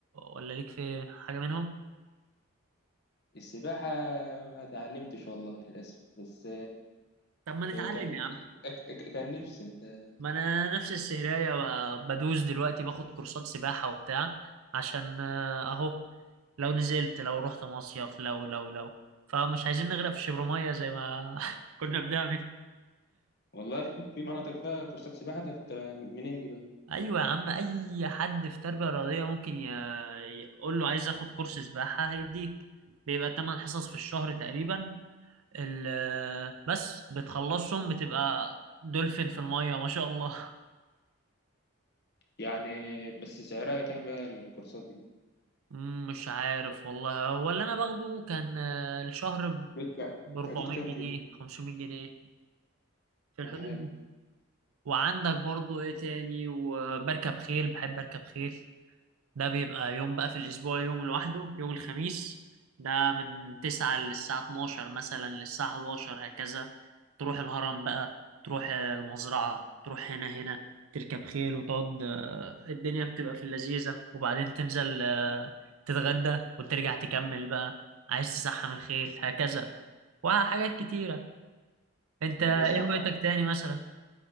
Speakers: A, on the right (about 80°); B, on the left (about 50°).
A: ولا ليك في حاجة منهم؟
B: السباحة ما اتعلمتش والله للأسف بس
A: طب ما
B: آه،
A: نتعلم
B: كان
A: يا عم
B: ك- كان نفسي أنت
A: ما انا نفس السهرية ب- بدوس دلوقتي باخد كورسات سباحة وبتاع عشان آه، اهو لو نزلت لو رحت مصيف لو لو لو فمش عايزين نغرق في شبر زي ما <laughs> كنا بنعمل
B: والله في في مناطق فيها كورسات سباحة ده بت- منين دي بقى
A: ايوه يا عم اي حد في تربية رياضية ممكن ي- يقول له عايز اخد كورس سباحة هيديك بيبقى 8 حصص في الشهر تقريبا ال- بس بتخلصهم بتبقى دولفين في المية ما شاء الله
B: يعني بس سعرها كام بقى الكورسات دي
A: مم، مش عارف والله هو اللي انا باخده كان آه، الشهر
B: بيدفع
A: ب 400
B: في حدود كام
A: جنيه
B: كده
A: 500 جنيه في
B: آه،
A: الحدود
B: حلو
A: دي وعندك برضو ايه تاني وبركب خيل بحب اركب خيل ده بيبقى يوم بقى في الأسبوع يوم لوحده يوم الخميس ده من تسعة للساعة 12 مثلا للساعة 11 هكذا تروح الهرم بقى تروح المزرعة تروح هنا هنا تركب خيل وتقعد آه، الدنيا بتبقى في اللذيذة وبعدين تنزل آه، تتغدى وترجع تكمل بقى عايز تسحم الخيل هكذا وحاجات كتيرة انت ايه
B: ماشي يا عم
A: هوايتك
B: أحمد.
A: تاني مثلا؟